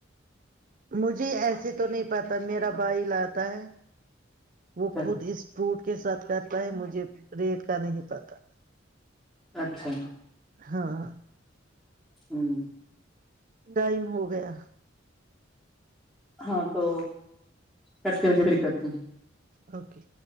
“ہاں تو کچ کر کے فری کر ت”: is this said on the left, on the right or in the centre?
Centre